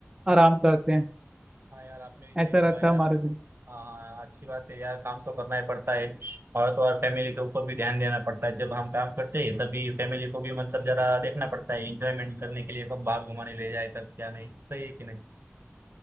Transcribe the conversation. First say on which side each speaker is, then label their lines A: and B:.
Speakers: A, on the right; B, on the right.
A: आराम करते हैं
B: हाँ यार आपने भी सही
A: ऐसा
B: बोला
A: रहता
B: यार
A: है हमारा दिन
B: हाँ अच्छी बात है यार काम तो करना ही पड़ता है और तो और फैमिली के ऊपर भी ध्यान देना पड़ता है जब हम काम करते हैं तभी फैमिली को भी मतलब जरा देखना पड़ता है इंजॉयमेंट करने के लिए कब बाहर घुमाने ले जाए तब क्या नहीं सही है कि नहीं